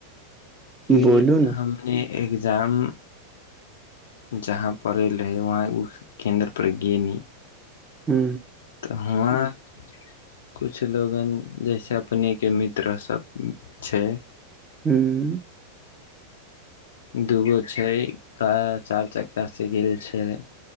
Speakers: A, on the left; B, on the right.
A: कि
B: बोलू ने
A: हमने एग्जाम जहाँ पड़ैल रहै वहाँ उ केन्द्रपर गेनी
B: हू
A: तऽ हमआँ- - कुछु लोगन जैसे अपनेके मित्र सब छै
B: हूँ- -
A: दूगो छै चारि चक्का से गेल छैइ।